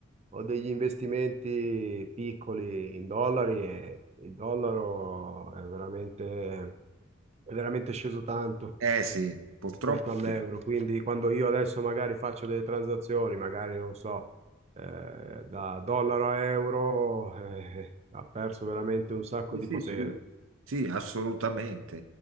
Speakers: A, on the right (about 30°); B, on the right (about 80°).
A: ho degli investimenti piccoli in dollari e il dollaro è veramente, è veramente sceso tanto
B: Eh sì, purtroppo
A: rispetto all'euro.
B: sì.
A: Quindi quando io adesso magari faccio delle transazioni, magari non so, eh, da dollaro a euro, eh, eh, ha perso veramente un sacco
B: Sì,
A: di
B: sì,
A: potere.
B: sì. Sì, assolutamente.